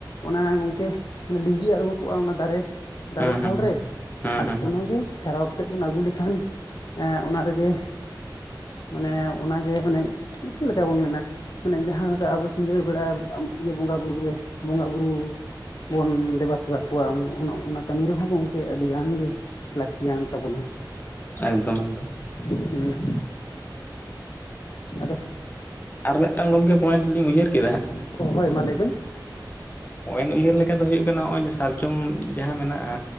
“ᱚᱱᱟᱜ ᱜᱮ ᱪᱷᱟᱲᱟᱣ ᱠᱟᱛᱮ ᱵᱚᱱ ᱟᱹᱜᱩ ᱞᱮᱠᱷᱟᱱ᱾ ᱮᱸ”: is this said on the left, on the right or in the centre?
Left